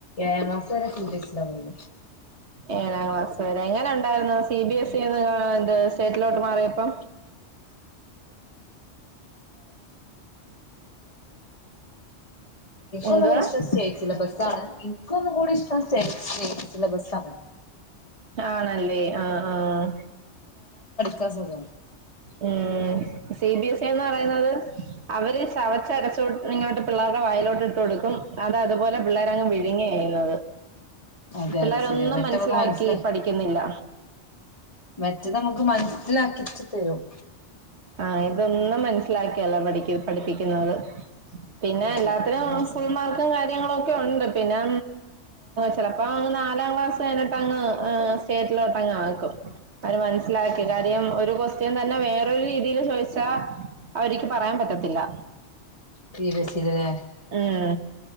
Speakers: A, on the left (about 30°); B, on the right (about 70°).
A: ഏഴ് ക്ലാസ് വരെ സി ബി എ സി <unintelligible>
B: ഏഴാം ക്ലാസ്സ് വരെ എങ്ങനെ ഉണ്ടായിരരുന്നു സി ബി എസ് ഇന്ന് സ്റ്റേറ്റിലോട്ട് മാറിയപ്പോ
A: <unintelligible> <unintelligible>
B: എന്തുവാ
A: ഒന്നുകൂടെ സ്‌റ്റേറ്റ് സിലബസാ അതാണ് എനിക്ക് ഒന്നും കൂടി ഇഷ്ടം സ്റ്റേറ്റ് സിലബസാണ്
B: ആണല്ലേ ആഹ ആഹ
A: കസുഖം
B: ഉം സി ബി എസ് എന്ന് പറയുന്നത് അവര് ചവച്ചരച്ചോട്ട് ഇങ്ങോട്ട് പിള്ളേരുടെ വയലോട്ട് ഇട്ട് കൊടുക്കും അത് അതുപോലെ പിള്ളേര അങ്ങ് വിഴുങ്ങി കഴുന്നു
A: അതെ
B: പിള്ളേരൊന്നും
A: അതെ ശരിയാ മറ്റേ
B: മനസ്സിലാക്കി
A: നമുക്ക് മനസ്സിലായി
B: പഠിക്കുന്നില്ല
A: മറ്റത് നമുക്ക് മനസ്സിലാക്കിച്ച് തരും
B: ആഹ് ഇതൊന്നും മനസ്സിലാക്കിയല്ലാ പഠി പഠിപ്പിക്കുന്നത് പിന്നെ
A: അതെ
B: എല്ലാത്തിനും
A: അതെ ഇത് മനസ്സി
B: ഫുൾ മാർക്കും കാര്യങ്ങളും ഒക്കെ ണ്ട് പിന്നെ ചിലപ്പോ നാലാം ക്ലാസ് കഞ്ഞിട്ട്ങ്ങ് സ്റ്റേറ്റിലോട്ട് <unintelligible>
A: അതെ അതെ
B: ഒരു ക്വസ്റ്റ്യൻ തന്നെ വേറെ രീതിൽ ചോദിച്ചാ അവക്ക് പറയാൻ പറ്റത്തില്ല
A: സി ബി എസ് സി ല്ലേ
B: ഉം